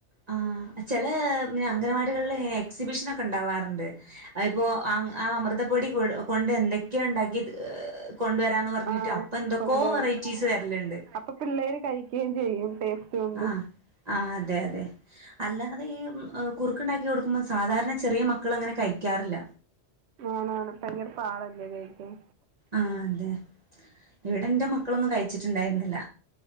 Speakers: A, on the right (about 40°); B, on the right (about 70°).
A: ആ ഹ്ചില അംഗൻവാടികളിൽ ഇങ്ങന എക്സിബിഷൻ ഒക്കെ ഉണ്ടാവാറുണ്ട് ഇപ്പോ ആ അമൃതപ്പൊടി കൊണ്ട് എന്തൊക്കെയ ഉണ്ടാക്കി കൊണ്ടുവരാന്ന് പറഞ്ഞിട്ട്
B: ആ
A: എന്തൊക്കോ
B: കൊണ്ടുവരണം
A: വെറൈറ്റീസ് വരലുണ്ട്
B: അപ്പൊ പിള്ളേര് കഴിക്കയും ചെയ്യും ടേസ്റ്റ് കൊണ്ട്
A: ആ ഹ്ആ ഹ്അതെ അതെ അല്ലാതെ ഈ കുറുക്ക് ഉണ്ടാക്കി കൊടുക്കുമ്പോൾ സാധാരണ ചെറിയ മക്കൾ അങ്ങനെ കഴിക്കാറില്ല
B: ആണാണ് ഭയങ്കര പാടല്ലേ കഴിക്കാൻ
A: ആ അന്തെ ഇവിടെ എന്റെ മക്കളൊന്നും കഴിച്ചിട്ടുണ്ടായിരുന്നില്ല